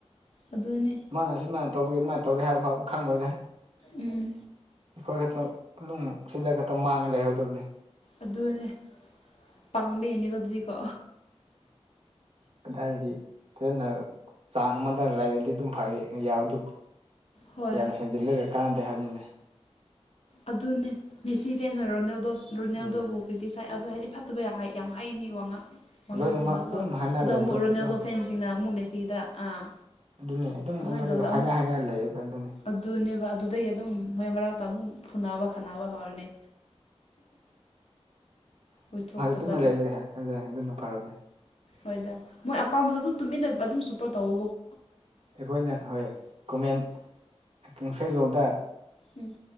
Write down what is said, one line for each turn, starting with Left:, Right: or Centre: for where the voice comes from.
Left: ꯑꯗꯨꯅꯦ
Right: ꯃꯥꯅ ꯁꯨꯃꯥꯏꯅ ꯇꯧꯕꯒꯦ ꯑꯗꯨꯃꯥꯏꯅ ꯇꯧꯒꯦ ꯍꯥꯏꯕ ꯐꯥꯎꯗꯨ ꯈꯪꯂꯪꯂꯣꯏꯗ
Left: ꯎꯝ
Right: ꯑꯩꯈꯣꯏ ꯈꯛꯇ ꯅꯨꯡ ꯁꯤꯗ ꯈꯛꯇ ꯃꯥꯡꯉ ꯂꯩꯍꯧꯗꯕꯅꯤ
Left: ꯑꯗꯨꯅꯦ ꯄꯥꯡꯕꯩꯅꯤꯀꯣ ꯑꯗꯨꯗꯤꯀꯣ
Right: ꯑꯗꯨꯗꯥꯏꯗꯒꯤ ꯐꯖꯅ ꯆꯥꯡ ꯑꯃꯗ ꯂꯩꯔꯗꯤ ꯑꯗꯨꯝ ꯐꯔ ꯌꯥꯎꯗꯨ
Left: ꯍꯣꯏ
Right: ꯌꯥꯝ ꯍꯦꯟꯖꯤꯜꯂꯒ ꯀꯥꯟꯅꯗꯦ ꯍꯥꯏꯕꯅꯤꯅꯦ
Left: ꯑꯗꯨꯅꯦ ꯃꯦꯁꯤ ꯐꯦꯟ ꯑꯣꯏ ꯔꯣꯅꯦꯜꯗꯣ ꯔꯣꯅꯦꯜꯗꯣꯕꯨ
Right: ꯎꯝ
Left: ꯀ꯭ꯔꯤꯇꯤꯤꯁꯥꯏꯠ ꯑꯗꯣ ꯍꯥꯏꯗꯤ ꯐꯠꯇꯕ ꯌꯥꯝ ꯍꯩꯅꯤ ꯋꯥ ꯉꯥꯡ ꯋꯥꯉꯥꯡꯁꯤꯡ
Right: ꯂꯣꯏꯅꯃꯛ
Left: ꯑꯗꯨꯒ
Right: ꯑꯗꯨꯝ ꯍꯥꯏꯅꯔ
Left: ꯑꯗꯣ
Right: ꯂꯩꯕꯗꯣ
Left: ꯑꯃꯨꯛ ꯔꯣꯅꯦꯜꯗꯣ
Right: ꯑꯗꯨꯝ
Left: ꯐꯦꯟꯁꯤꯡꯅ ꯑꯃꯨꯛ ꯃꯦꯁꯤꯗ ꯑꯥ
Right: ꯑꯗꯨꯅꯦ ꯑꯗꯨꯝ
Left: ꯑꯗꯨꯃꯥꯏꯅ
Right: ꯑꯃꯗꯤ
Left: ꯇꯧꯕꯗ ꯑꯃꯨꯛ
Right: ꯍꯥꯏꯅ ꯍꯥꯏꯅ ꯂꯩꯌꯦꯕ ꯑꯗꯨꯅꯦ
Left: ꯑꯗꯨꯅꯦꯕ ꯑꯗꯨꯗꯒꯤ ꯑꯗꯨꯝ ꯃꯩ ꯃꯔꯛꯇ ꯑꯃꯨꯛ ꯐꯨꯅꯕ ꯈꯥꯅꯕ ꯍꯧꯔꯅꯤ ꯑꯣꯏꯊꯣꯛꯇꯕꯗ
Right: ꯇꯨꯝꯅ ꯂꯩꯔ ꯑꯗꯨ ꯑꯗꯨꯅ ꯐꯔꯕꯅꯦ
Left: ꯍꯣꯏꯗ ꯃꯣꯏ ꯑꯄꯥꯝꯕꯗꯣ ꯑꯗꯨꯝ ꯇꯨꯃꯤꯟꯅ ꯑꯗꯨꯝ ꯁꯞꯄꯣꯔꯠ ꯇꯧꯕꯋꯕꯀꯣ
Right: ꯑꯩꯈꯣꯏꯅ ꯍꯣꯏ ꯀꯣꯃꯦꯟ ꯐꯦꯁꯕꯨꯗ
Left: ꯎꯝ